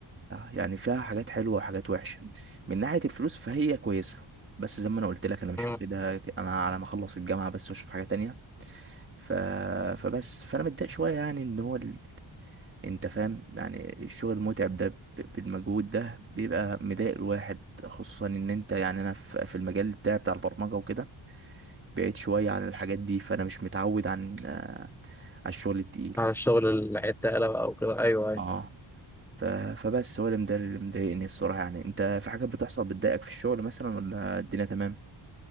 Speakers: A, on the right (about 25°); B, in the centre.
A: يعني فيها حاجات حلوة وحاجات وحشة من ناحية الفلوس فهي كويسة بس زي ما أنا قلت لك أنا مش
B: مم.
A: واخدها ك- أنا على ما أخلص الجامعة بس وأشوف حاجة تانية ف... فبس فأنا متضايق شوية يعني إن هو ال... أنت فاهم يعني الشغل المتعب ده ب... بالمجهود ده بيبقى مضايق الواحد خصوصا إن أنت يعني أنا في في المجال بتاعي بتاع البرمجة وكده بعيد شوية عن الحاجات دي فأنا مش متعود عن على الشغل التقيل
B: على الشغل العتاله بقى او كده ايوه ايوه
A: اه ف... فبس هو ده مد- اللي مضايقني الصراحة يعني انت في حاجات بتحصل بتضايقك في الشغل مثلا ولا الدنيا تمام